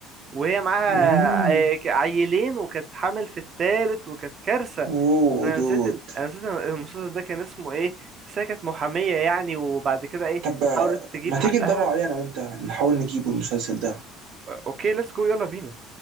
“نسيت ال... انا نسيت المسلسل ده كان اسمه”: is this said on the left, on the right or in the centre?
Right